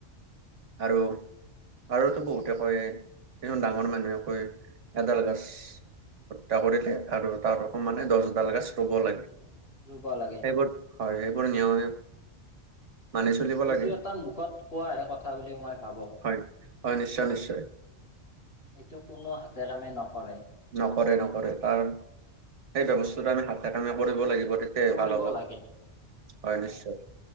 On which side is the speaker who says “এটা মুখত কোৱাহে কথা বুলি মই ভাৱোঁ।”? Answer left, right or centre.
Left